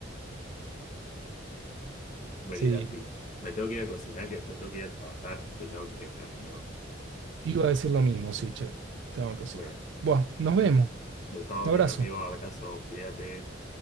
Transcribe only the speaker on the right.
Sí,
te iba a decir lo mismo, sí, che. Tengo que cocinar.
Bueno, nos vemos.
Un abrazo.